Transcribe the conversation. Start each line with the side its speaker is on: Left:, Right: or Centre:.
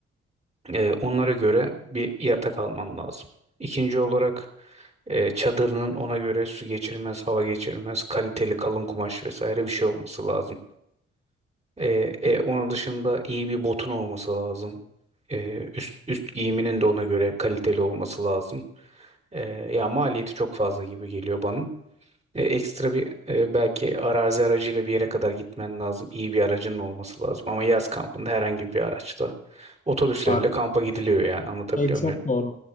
Right: E, onlara göre bir yatak alman lazım. İkinci olarak e, çadırının ona göre su geçirmez, hava geçirmez, kaliteli kalın kumaş vesaire bir şey olması lazım. E, e, onun dışında iyi bir botun olması lazım. E, üst, üst giyiminin de ona göre kaliteli olması lazım. E, ya maliyeti çok fazla gibi geliyor bana. E, ekstra bir e, belki arazi aracıyla bir yere kadar gitmen lazım. İyi bir aracın olması lazım. Ama yaz kampında herhangi bir araçta otobüsle
Left: Aa,
Right: bile kampa gidiliyor yani anlatabiliyor
Left: Şey çok
Right: muyum?
Left: doğru.